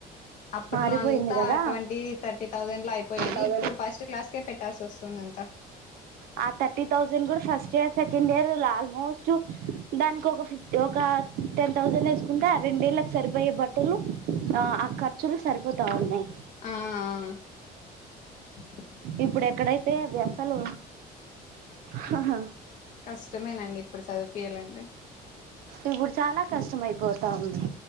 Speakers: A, on the left; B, on the right.
A: అప్పట్లో
B: మారిపోయింది
A: అంతా
B: కదా
A: ట్వంటీ థర్టీ థౌజండ్ లో అయిపోయేది
B: థౌసండ్
A: ఇప్పుడు ఫస్ట్ క్లాస్కే పెట్టాల్సి వస్తుంది అంత
B: ఆ థర్టీ థౌసండ్ కూడా first year second year almost దానికి ఒక ఫిఫ్త్ ఒక టెన్ థౌజండ్ వేసుకుంటే ఆ రెండేళ్ళకు సరిపోయే బట్టలు ఆ ఆ ఖర్చులు సరిపోతా ఉన్నయ్
A: ఆ ఆ ఆ
B: ఇప్పుడు ఎక్కడైతే అవి అసలు హా హా
A: కష్టమేనండి ఇప్పుడు చదివిపియ్యాలంటే
B: ఇప్పుడు చాలా కష్టమైపోతా ఉంది.